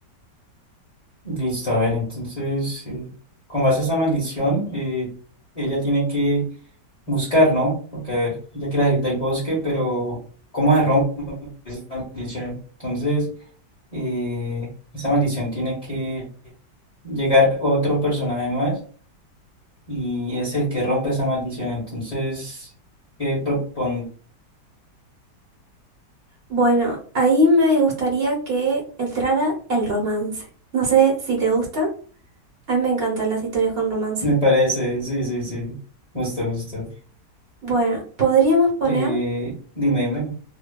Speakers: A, on the left (about 35°); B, on the right (about 45°).
A: Listo, a ver, entonces, eh, con base a esa maldición, eh, ella tiene que buscar, ¿no? Porque, a ver, ella quiere salir del bosque, pero ¿cómo se rompe esa maldición? Entonces... eh, esa maldición tiene que llegar otro personaje más y es el que rompe esa maldición. Entonces, ¿qué propon?
B: Bueno, ahí me gustaría que entrara el romance. No sé si te gusta. A mí me encantan las historias con romance.
A: Me parece, sí, sí, sí, justo, justo.
B: Bueno, podríamos poner,
A: Eh, dime, dime,